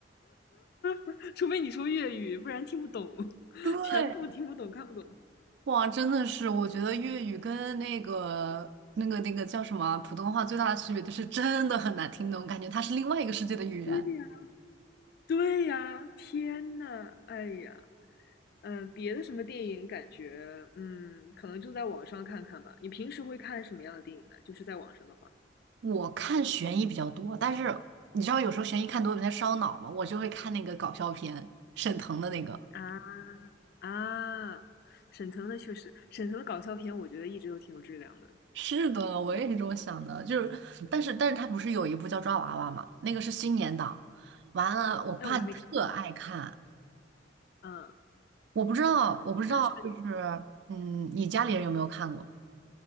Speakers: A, on the left (about 55°); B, on the right (about 65°).
A: <laughs> 除非你说粤语，不然听不懂，
B: 对，
A: 全部听不懂，看不懂。
B: 哇，真的是，我觉得粤语跟那个那个那个叫什么啊普通话最大的区别就是真的很难听懂，感觉它是另外一个世界的语言。
A: 对呀，对呀，天呐，哎呀，嗯、呃别的什么电影感觉，嗯，可能就在网上看看吧。你平时会看什么样的电影呢？就是在网上的话
B: 我看悬疑比较多，但是你知道有时候悬疑看多了有点烧脑嘛，我就会看那个搞笑片，沈腾的那个。
A: 啊。啊，沈腾的确实，沈腾的搞笑片我觉得一直都挺有质量的。
B: 是的，我也是这么想的，就是，但是但是他不是有一部叫《抓娃娃》嘛，那个是新年档，完了，我爸特爱看，
A: 哎，我还没看呢。嗯，
B: 我不知道，我不知道，
A: 那是
B: 就是，嗯，你家里人有没有看过